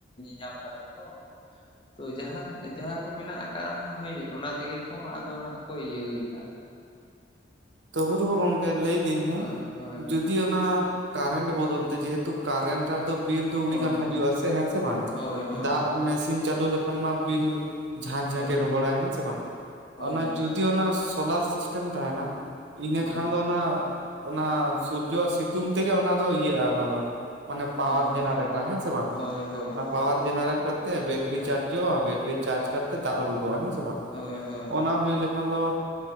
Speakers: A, on the left; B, on the right.
A: ᱧᱟᱢ ᱟᱠᱟᱫᱟ ᱛᱚ᱾ ᱛᱚ ᱡᱟᱦᱟᱸ ᱡᱟᱦᱟᱸ ᱠᱚ ᱢᱮᱱᱟᱜ ᱠᱟᱜᱼᱟ, ᱦᱳᱭ ᱚᱱᱟ ᱛᱮᱜᱮ ᱠᱚ ᱟᱫᱚ ᱦᱟᱸᱜ ᱠᱚ ᱤᱭᱟᱹᱭ ᱫᱟ᱾
B: ᱛᱚᱵᱩ ᱨᱮᱦᱚᱸ ᱜᱚᱝᱠᱮ ᱞᱟᱹᱭ ᱫᱟᱹᱧ ᱦᱮᱸ
A: ᱦᱳᱭ ᱦᱳᱭ
B: ᱡᱩᱫᱤ ᱚᱱᱟ ᱠᱟᱨᱮᱱᱴ ᱵᱚᱫᱚᱞ ᱛᱮ ᱡᱮᱦᱮᱛᱩ, ᱠᱟᱨᱮᱱᱴᱟᱜ ᱫᱚ ᱵᱤᱞ ᱫᱚ ᱩᱲ
A: ᱦᱳᱭ
B: ᱜᱟᱱ ᱦᱤᱡᱩᱜᱟ, ᱥᱮ ᱦᱮᱸ ᱥᱮ ᱵᱟᱝ
A: ᱦᱳᱭ ᱦᱳᱭ
B: ᱫᱟᱜ ᱢᱮᱥᱤᱱ ᱪᱟᱞᱩ ᱞᱮᱠᱷᱟᱱ ᱢᱟ ᱵᱤᱞ ᱡᱷᱟᱸᱠ ᱡᱷᱟᱸᱠ ᱮ
A: ᱦᱳᱭ
B: ᱜᱚᱦᱚᱲᱟᱭ ᱦᱮᱸᱥᱮ ᱵᱟᱝ
A: ᱦᱳᱭ
B: ᱚᱱᱟ
A: ᱦᱳᱭ
B: ᱡᱩᱤ ᱫᱤ ᱚᱱᱟ ᱥᱚᱞᱟᱨ ᱥᱤᱥᱴᱮᱢ ᱛᱟᱦᱮᱱᱟ ᱤᱱᱟᱹᱠᱷᱟᱱ
A: ᱦᱳᱭ
B: ᱫᱚ ᱚᱱᱟ ᱚᱱᱟ ᱥᱩᱨᱡᱚᱣᱟᱜ ᱥᱤᱛᱩᱝ ᱛᱮᱜᱮ ᱚᱱᱟ ᱫᱚ ᱤᱭᱟᱹᱜ-ᱟ ᱚᱱᱟ ᱫᱚ ᱢᱟᱱᱮ ᱯᱟᱣᱟᱨ
A: ᱦᱳᱭ
B: ᱡᱮᱱᱟᱨᱮᱴᱟ ᱦᱮᱸ ᱥᱮ ᱵᱟᱝ
A: ᱦᱳᱭ ᱦᱳᱭ ᱦᱳᱭ
B: ᱚᱱᱟ ᱯᱟᱣᱟᱨ ᱡᱮᱱᱟᱨᱮᱴ ᱠᱟᱛᱮ ᱵᱮᱴᱨᱤ
A: ᱦᱳᱭ
B: ᱪᱟᱨᱡ ᱡᱚᱜᱟ ᱵᱮᱴᱨᱤ ᱪᱟᱡᱽ ᱠᱟᱛᱮᱜ ᱫᱟᱜ ᱩᱲᱩᱠ ᱠᱚᱜᱟ ᱦᱮᱸ ᱥᱮ ᱵᱟᱝ
A: ᱦᱳᱭ ᱦᱳᱭ
B: ᱚᱱᱟ ᱦᱩᱭ ᱞᱮᱠᱷᱟᱱ ᱫᱚ